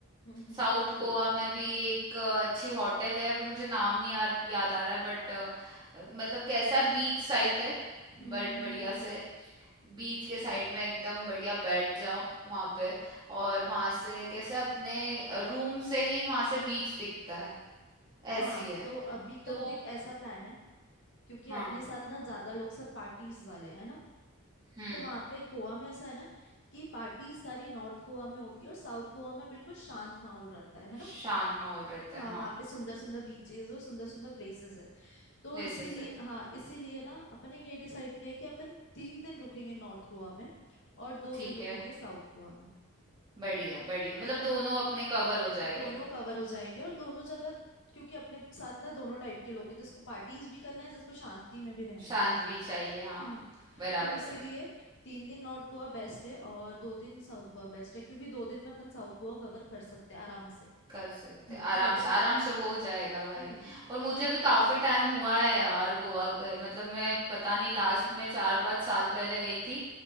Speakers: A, on the left (about 55°); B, on the right (about 20°).
A: हम्म हम्म
B: साउथ गोवा में भी एक अ, अच्छी होटल है अभी मुझे नाम नहीं यार याद आ रहा है बट मतलब कैसा बीच साइट है
A: हम्म
B: बट
A: हम्म
B: बढ़िया
A: हम्म हम्म।
B: से बीच के साइड में एकदम बढ़िया बैठ जाओ वहां पे और वहां से कैसे अपने रूम से ही वहां से बीच दिखता है
A: हाँ
B: ऐसी है
A: तो अभी
B: तो
A: तक देख ऐसा प्लान है क्योंकि
B: हाँ
A: अपने साथ ना ज्यादा लोग सब पार्टीज वाले हैं ना
B: हम्म
A: तो वहां पे गोवा में ऐसा है ना कि पार्टीज सारी नॉर्थ गोवा में होती है और साउथ गोवा में बिल्कुल शांत माहौल रहता है है ना
B: शांत माहौल रहता
A: हाँ
B: है हाँ
A: वहाँ पे सुंदर सुंदर बीचेस और सुंदर सुंदर प्लेसेस है तो
B: प्लेसेस
A: इसीलिए
B: है
A: हाँ इसीलिए ना अपने ये डिसाइड किया है कि अपन तीन दिन रुकेंगे नॉर्थ गोवा में और दो
B: ठीक
A: दिन रुकेंगे
B: है
A: साउथ गोवा में
B: बढ़िया बढ़िया मतलब
A: ठीक है
B: दोनों अपने कवर हो जाएंगे
A: दोनों कवर हो जाएंगे और दोनों जगह क्योंकि अपने साथ ना दोनों टाइप के लोग हैं जिसको पार्टीज भी करना है जिसको शांति में भी रहना
B: शांत
A: है
B: भी चाहिए हाँ
A: हम्म
B: बराबर
A: तो इसीलिए
B: है
A: तीन दिन नॉर्थ गोवा बेस्ट है और दो दिन साउथ गोवा बेस्ट है क्योंकि दो दिन में अपन साउथ गोवा कवर कर सकते हैं आराम से
B: कर सकते
A: हम्म
B: हैं, आराम
A: ज्यादा
B: से आराम से हो जाएगा भाई
A: हम्म
B: और मुझे भी काफी टाइम हुआ है यार गोवा गए मतलब मैं पता नहीं लास्ट में चार पाँच साल पहले गई थी